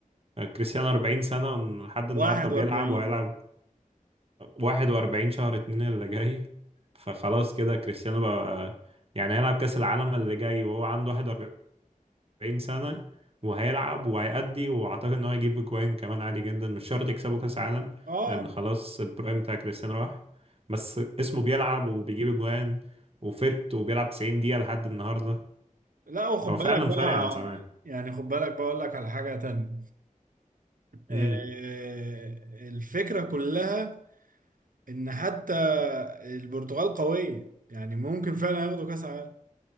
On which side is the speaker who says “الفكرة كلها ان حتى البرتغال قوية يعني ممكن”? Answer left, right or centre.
Right